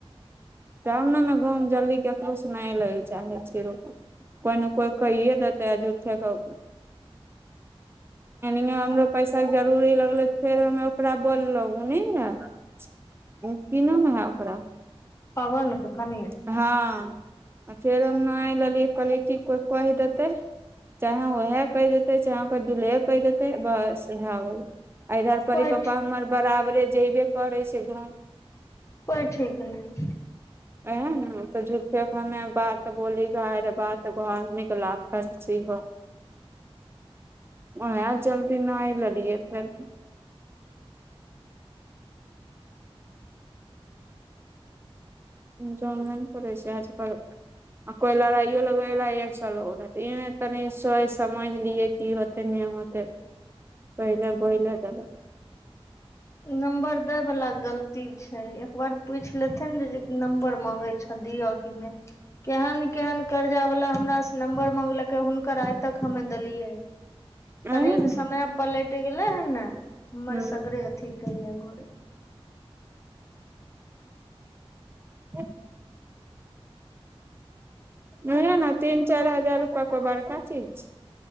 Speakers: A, on the right; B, on the left.
A: तब ने ने गाँवमे जल्दी ककरोसँ नहि लै लए चाहै छियै रपै कोइ ने कोइ कहित हजूठे के एनहि हमरो पैसाके जरूरी लगलै फेर हमे ओकरा बोललहु ओ ने कीनाम है ओकरा
B: पवनक कनियन
A: हँ आ फेर हम न लेलियै कहलियै की कोइ कहि देतै चाहे वह कहि देतै चाहे ओककर दुलहेेक बस इएह इधर परी
B: कोइ
A: पप्पा हमर बराबरे जेबे करै छै गाँव
B: कोइ ठीक नहि छै
A: आ तऽ झूठे हमे बात बोली ह बात ब आदमी के लापर्ची हो <unintelligible> वह जल्दी नी लेलियए फेर जनद ने प छै आज कर <unintelligible> आ कोइ लड़ाइयो लगबै ला एक सए रह तनी सोच समझ लियै की होते नही‌ होते मत पहिले बहिला तेल
B: नम्बर दए बला गलती छै एकबार पूछि लेथिेन ने जे नम्बर मांगे छ दी औ कि ने नही केहन कर्जा वाला हमर से नम्बर मागलकै हुनकर आइ तक हमे देलियै तनी
A: एहे ने
B: समय पर लेट गेलै हे ने हमर
A: हूँ
B: सगरे अथी घ बुझ
A: <inaudible> नहि ने तीन चारि हजार रुपआ को बड़का चीज छै